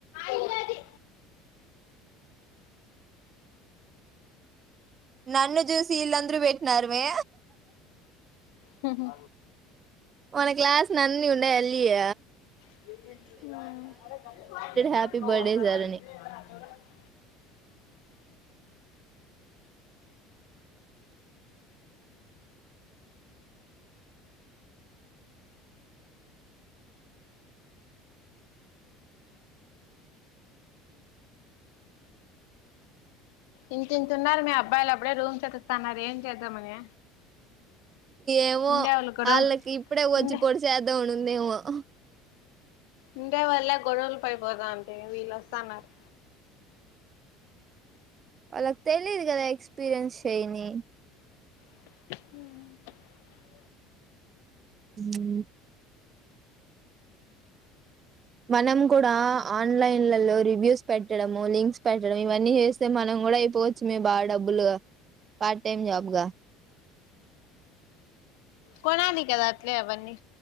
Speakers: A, on the left; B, on the right.
A: ఇల్లు అది
B: నన్ను జూసి ఇలాందారు పేట్నారుమే
A: హ హ్మ్
B: మన క్లాస్ నన్నీ ఉండై ఎళ్లియ
A: మా
B: హ్యాపీ బర్త్డే సార్ అని
A: ఇంతింత ఉన్నారు మే అబ్బాయిలు అప్పుడే రూమ్స్ ఎతుకుతన్నారు ఏం చేద్దామని
B: ఏమో
A: ఉండేవాళ్ళు గొడవ
B: ఆళ్ళకి ఇప్పుడే వచ్చి
A: ఉండే
B: పొడి చేద్దాం అని ఉందేమో ఆ
A: ఉండే వళ్లే గొడవలు పడిపోతా అంటే వీళ్ళొస్తన్నారు
B: అలా తెలిది కదా ఎక్స్ ఎక్స్పీరియన్స్ సైంధి
A: హ
B: ఉమ్ మనం కూడా ఆన్లైన్లలో రివ్యూస్ పెట్టడం లింక్స్ పెట్టడం ఇవన్నీ చేస్తే మనం కూడా అయిపోవచ్చు మే బాగా డబ్బులుగా పార్ట్ టైమ్ జాబ్గా
A: కొనాలి కదా అట్లే అవన్ని